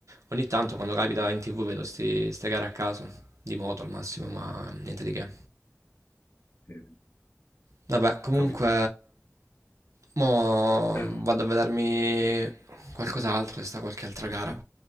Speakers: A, on the right; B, on the left.
A: Ogni tanto quando capita in tv vedo sti, ste gare a caso, di moto al massimo, ma niente di che.
B: sì.
A: Vabbè, comunque,
B: Ho capito.
A: mo
B: Eh,
A: vado a vedermi qualcos'altro, se sta qualche altra gara.